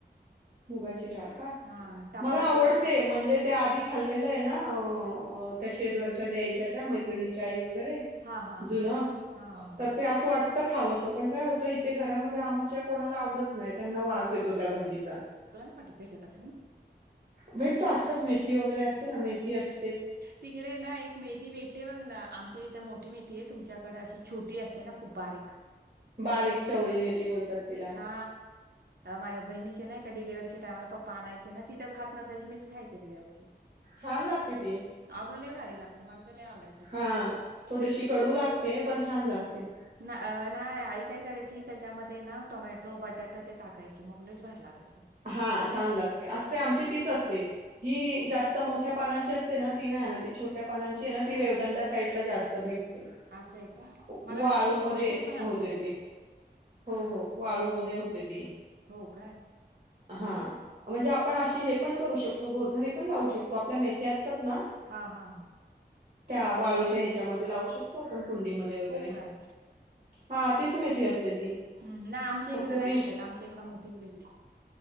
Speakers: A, on the right; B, on the right.
A: मुगाची डाळ का
B: हा टाकला
A: मला आवडते
B: तर
A: म्हणजे त्या आधी खाल्लेलं आहे ना त्या शेजारच्या द्यायच्या त्या मैत्रिणीच्या आई वगैरे
B: हा हा
A: जुन
B: हा हा हा हा
A: तर ते असं वाटत तर खावंसं पण काय होतं इथे घरामध्ये आम्हाच्या कोणाला आवडत नाही त्यांना वास येतो त्या भाजीचा
B: वाट भेटा कसं ना
A: भेट तो असतात मेथी वगैरे असते ना मेथी अस
B: तिकडे ना एक मेहथी भेटते बघ ना आमच्या इथं मोठी मेती आहे तुमच्याकडे अशी छोटी असते ना खूप बारीक
A: बारीक चवळी मेटी बोलतात तिला
B: हा माझ्या बहिणीचे नाही का डिलिव्हीच्या टाममाला पप्पा आणायचे ना तिथं खात नसायची मीच खायचे रु यावरची
A: छान लागते ती.
B: अहो लय भारी लागते, मला तर लय आवाडायची
A: हां,
B: ती.
A: थोडीशी कडू लागते, पण छान लागते.
B: ना नाही, आई काय करायची त्याच्यामध्ये ना टोमॅटो, बटाट ते टाकायची मग लयच भारी लागायची.
A: हा छान लागते असते, आमची तीच असते. ही जास्त मोठ्या पानांची असते ना, ती नाही आणत ती छोट्या पानांची आहे ना, ती रेवदंडा साईड ला जास्त भेटते.
B: असं आहे का
A: <unintelligible>
B: मला
A: वाळू
B: वाटतं ती
A: मधे
B: पौष्टिक पण
A: होते
B: असतीलच
A: ते. हो हो, वाळूमध्ये होते ते.
B: हो काय?
A: हा, म्हणजे आपण अशी हे पण करू शकतो, घ घरी पण लावू शकतो, आपल्या मेथे असतात ना-
B: हा हा हा.
A: त्या वाळूच्या ह्याच्यामध्ये लावू शकतो आपण कुंडीमध्ये वगैरे.
B: हो काय
A: हा, तीच मेथी असते ती.
B: ह्, नाही आमच्या
A: फक्त
B: इकडे नाही
A: तीच
B: भेटत, आमच्या इकडं मोठीच भेटती.